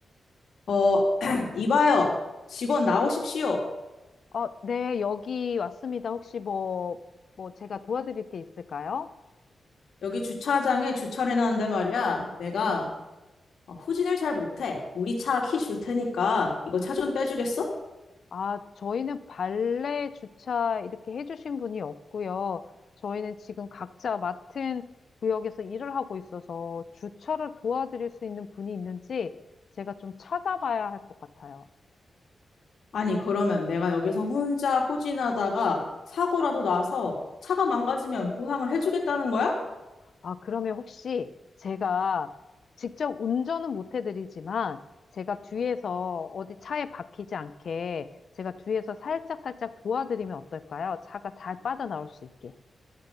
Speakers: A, on the left; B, on the left.
A: 어, <clears throat> 이봐요. 직원 나오십시오.
B: 어, 네, 여기 왔습니다. 혹시 뭐, 뭐, 제가 도와드릴 게 있을까요?
A: 여기 주차장에 주차를 해놨는데 말이야. 내가
B: 네.
A: 어, 후진을 잘 못해. 우리 차 키 줄 테니까 이거 차 좀 빼주겠어?
B: 아, 저희는 발레 주차 이렇게 해주신 분이 없고요. 저희는 지금 각자 맡은 구역에서 일을 하고 있어서 주차를 도와드릴 수 있는 분이 있는지 제가 좀 찾아봐야 할 것 같아요.
A: 아니, 그러면 내가 여기서 혼자 후진하다가 사고라도 나서 차가 망가지면 보상을 해주겠다는 거야?
B: 아, 그러면 혹시 제가 직접 운전은 못 해드리지만 제가 뒤에서 어디 차에 박히지 않게 제가 뒤에서 살짝살짝 도와드리면 어떨까요? 차가 잘 빠져나올 수 있게.